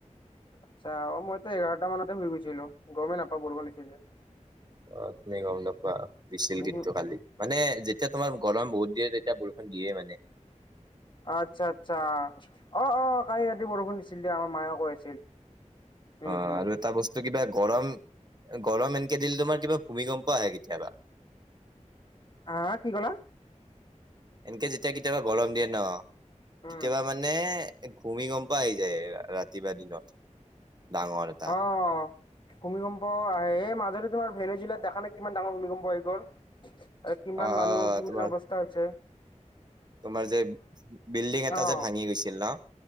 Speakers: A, on the left; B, on the right.
A: আচ্ছা অ মইতো এঘাৰটা মানতে শুই গৈছিলোঁ গমেই নাপাও বৰষুণ দিছিল যে।
B: অ তুমি গম নাপোৱা দিছিল
A: উহু
B: কিন্তু কালি মানে যে। এতিয়া তোমাৰ গৰম বহুত দিয়ে তেতিয়া বৰষুণ দিয়ে মানে।
A: আচ্ছা, আচ্ছা অ, অ কালি ৰাতি বৰষুণ দিছিল দিয় আমাৰ মায়ে কৈ আছিল। উম
B: অ,
A: হুম
B: আৰু এটা বস্তু কিবা। গৰম গৰম এনকে দিলে তোমাৰ কিবা ভূমিকম্প আহে কেতিয়াবা।
A: আহ কি ক'লা?
B: এনেকে যেতিয়া কেতিয়াবা গৰম দিয়ে ন
A: উম
B: কেতিয়াবা মানে। ভূমিকম্প আহি যায় ৰাতি বা দিনত। ডাঙৰ এটা
A: অ। ভূমিকম্প আহ এই মাজতে তোমাৰ ভেৰি জিলাত দেখা নাই কিমান ডাঙৰ ভূমিকম্প হৈ গ'ল। এ কিমান
B: আহ
A: মানুহৰ কিমান
B: তোমাৰ
A: অৱস্থা হৈছে?
B: তোমাৰ যে বিল্ডিং এটা
A: অ
B: যে ভাঙি গৈছিল ন?